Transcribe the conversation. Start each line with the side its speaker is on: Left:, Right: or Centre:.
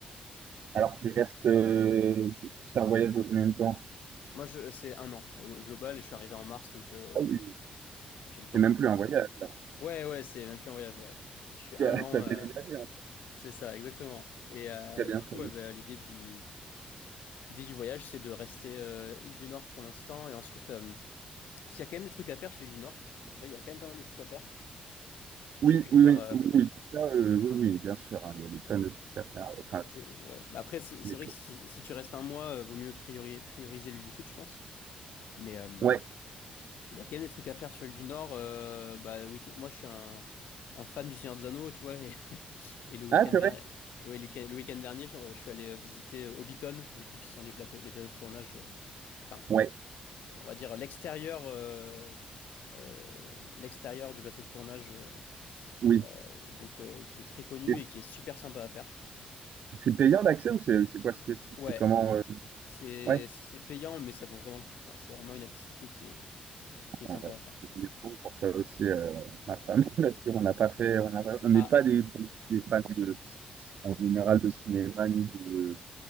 Right: Alors, tu restes. euh, tu- C'est un voyage de combien de temps?
Left: Moi, je, c'est un an au, au global, et je suis arrivé en mars, donc euh,
Right: Ah oui,
Left: j'ai le temps.
Right: c'est même plus un voyage, là. <laughs>
Left: Ouais, ouais, c'est même plus un voyage, ouais. Je suis un
Right: T'as
Left: an.
Right: t'as
Left: euh,
Right: déménagé, hein.
Left: C'est ça, exactement. Et, euh,
Right: Très
Left: et
Right: bien.
Left: du
Right: très
Left: coup, ouais,
Right: bien.
Left: bah, l'idée du, l'idée du voyage, c'est de rester euh, île du Nord pour l'instant. Et ensuite, euh, s'il y a quand même des trucs à faire sur l'île du Nord, en vrai, il y a quand même pas mal de trucs à faire. J'ai
Right: Oui,
Left: pu faire.
Right: oui, oui,
Left: euh,
Right: oui, oui, ça, euh, oui, oui, bien sûr, hein, il y a des tonnes de trucs à faire. Enfin,
Left: j'ai- ouais. Mais après, c'est c'est
Right: des
Left: vrai
Right: trucs.
Left: que si, si tu restes un mois, euh, vaut mieux priori- prioriser l'île du Sud, je pense. Mais euh,
Right: Ouais.
Left: il y a quand même des trucs à faire sur l'île du Nord. euh, bah, week- Moi, je suis un, un fan du Seigneur des Anneaux, tu vois. Et, et le week-end
Right: Ah,
Left: dernier,
Right: c'est vrai?
Left: et ouais, le week- le week-end dernier, je, je suis allé visiter euh, Hobbiton, du coup, qui sont les, plaques- les plateaux de tournage. euh, Enfin,
Right: Ouais.
Left: on va dire l'extérieur euh, euh, l'extérieur du plateau de tournage euh,
Right: Oui.
Left: euh, donc euh, qui est très connu
Right: Et
Left: et qui est super sympa à faire.
Right: c'est payant l'accès ou c'est c'est quoi? C'est c'est-
Left: Ouais,
Right: c'est comment? euh,
Left: c'est
Right: Ouais.
Left: c'est payant mais ça vaut vraiment le coup. Enfin, c'est vraiment une activité qui est qui est
Right: Ouais,
Left: sympa
Right: ouais.
Left: à faire.
Right: Je voulais pour ça aussi euh, ma femme <laughs> parce qu'on n'a pas fait, on n'a pas- on
Left: Ah,
Right: n'est pas des, des fans de, en général de cinéma ni de